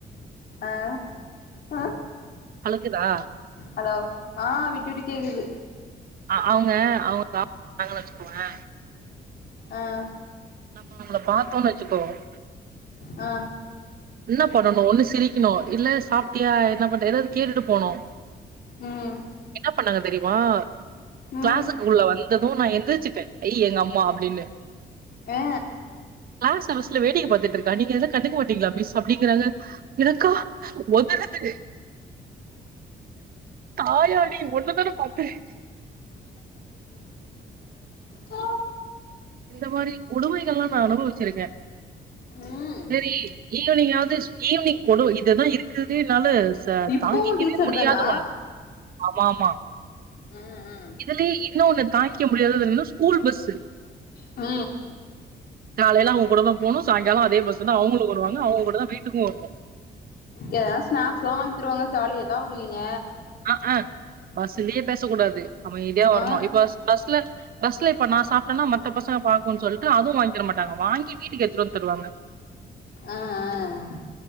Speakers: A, on the left (about 60°); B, on the right (about 55°).
A: அ ஆ
B: அலோக்குதா
A: அலோ ஆ விட்டு விட்டு கேக்குது
B: ஆ அவுங்க அவுங்க கா <unintelligible> வச்சுக்கோங்க
A: அ
B: நம்ம அவங்கள பாத்தோம்ன் வச்சுக்கோங்கள
A: அ
B: என்ன பண்ணணும் ஒண்ணு சிரிக்கணும் இல்ல சாப்ட்டியா என்ன பண்ற ஏதாது கேட்டுட்டு போனோம்
A: ம்
B: என்ன பண்ணாங்க தெரிய்மா கிளாஸக்குள்ள
A: ம்
B: வந்ததும் நா எந்திரிச்சுட்டேன் அய் எங்க அம்மா அப்படின்னு
A: அ
B: கிளாஸ் அவரஸ்ல வேடிக்க பாத்துட்டு இருக்கா நீங்க ஏத கண்டுக்க மாட்டீங்ளா மிஸ் அப்படிங்கிறாங்க எனக்கா ஒதரது தாயாடி ஒன்னுதான பாத்தேன்
A: அ
B: இந்த மாரி கொடுமைகள்ல்லாம் நா அனுபவிச்சிருக்கேன்
A: ம்
B: சேரி ஈவினிங்காது ஈவினிங் கொடு இததான் இருக்கர்துலே என்னால ச
A: இப்பவு
B: தாங்கிக்கவே
A: டீச்சர்
B: முடியாத
A: தானா
B: ஒண்ணு ஆமா ஆமா
A: ம் ம்
B: இதுலயே இன்னும் ஒண்ணு தாக்கிக்க முடியாததுனன்னா ஸ்கூல் பஸ்சு
A: அ
B: காலேல அவ்ங் கூட தான் போனும் சாய்ங்காலம் அதே பஸ்சுதான் அவ்ங்களும் வருவாங்க அவ்ங்க கூட தான் வீட்டுக்கும் வர்னும்
A: எத ஸ்நாக்ஸ் எல்லாம் வாங்தருவாங்க ஜாலிய தான் வருவீங்க
B: அக் அ பஸ்லயே பேசக் கூடாது அமைதியா வரணும்
A: ஆ
B: பஸ்ல பஸ்ல இப்ப நா சாப்ட்டன்னா மத்த பசங்க பாக்கும் சொல்ட்டு அதுவு வாங்கி தர மாட்டாங்க வாங்கி வீட்டுக்கு எட்த்துனு வந்து தருவாங்க
A: அ அ